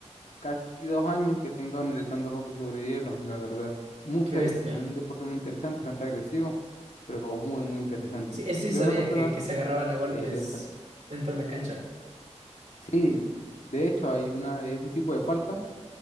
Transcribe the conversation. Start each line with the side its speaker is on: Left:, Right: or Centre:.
Left: casi dos años que tengo analizando hockey sobre hielo, la verdad. Muy interesante,
Right: qué bestia.
Left: un deporte muy interesante, bastante agresivo, pero muy, muy interesante.
Right: Sí, eso sí sabía
Left: De una personal,
Right: que, que se agarraban a golpes
Left: eh, del tra-
Right: dentro de la cancha.
Left: sí, de hecho hay una, es un tipo de falta